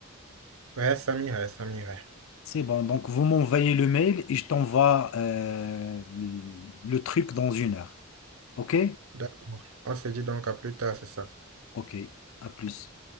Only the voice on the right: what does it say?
Ouais, ça m'irait, ça m'irait.
D'accord. On se dit donc à plus tard, c'est ça.